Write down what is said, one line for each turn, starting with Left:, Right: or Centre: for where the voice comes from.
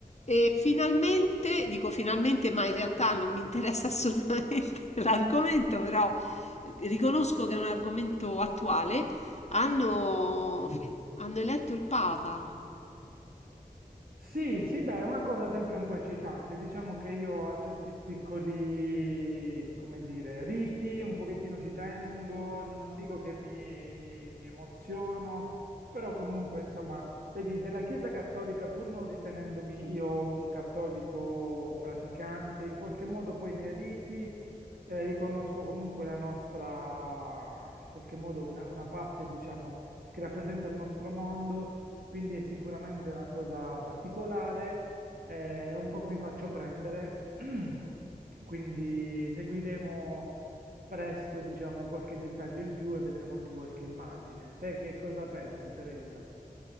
Left: E finalmente, dico finalmente, ma in realtà non mi interessa <laughs> assolutamente l'argomento, però riconosco che è un argomento attuale. Hanno,
Right: Sì.
Left: hanno eletto il Papa.
Right: Sì, sì, beh, è una cosa sempre un po' eccitante. Diciamo che io a certi piccoli, come dire, riti un pochettino ci tengo, non dico che mi, mi- mi emoziono, però comunque, insomma, vedi, della Chiesa Cattolica, pur non ritenendomi io un cattolico praticante, in qualche modo poi nei riti eh, riconosco comunque la nostra, in qualche modo, una, una parte, diciamo, che rappresenta il nostro mondo quindi è sicuramente una cosa particolare, eh, un po' mi faccio prendere, <clears throat> quindi seguiremo presto, diciamo, qualche dettaglio in più e vedremo anche qualche immagine. Te che cosa pensi, Teresa?